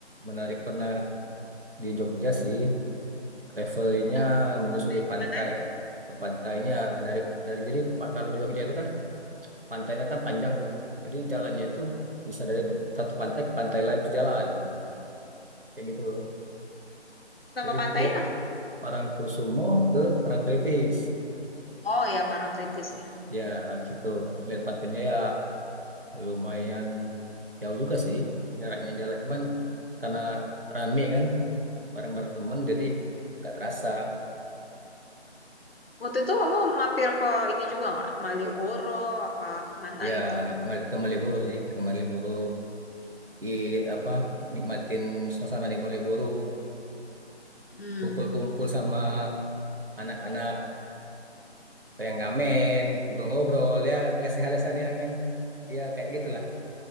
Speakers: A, on the right; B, on the left.
A: menarik pernah di Jogja sih. Travelingnya
B: Yang
A: menyusuri
B: Main
A: pantai
B: kemana aja?
A: ke pantainya dari dari jadi Pak kalau di Jogja itu kan pantainya kan panjang tuh. Jadi jalannya itu bisa dari satu pantai ke pantai lain itu jalan kayak gitu.
B: Nama
A: Jadi
B: pantainya
A: dia
B: apa tuh?
A: Parangkusumo ke Parangkritis.
B: Oh ya, Parangtritis ya.
A: Ya gitu. Lihat pantai ya lumayan jauh juga sih jaraknya jalan cuman karena rame kan bareng-bareng teman jadi nggak terasa.
B: Waktu itu kamu mampir ke ini juga nggak? Malioboro, apa kemana
A: Ya
B: gitu?
A: mal- ke Malioboro sih, ke Malioboro di apa nikmatin suasana di Malioboro,
B: Hmm,
A: kumpul-kumpul sama anak-anak yang ngamen, kumpul ngobrol ya lesehan-lesehan yang, yang ya kayak gitulah.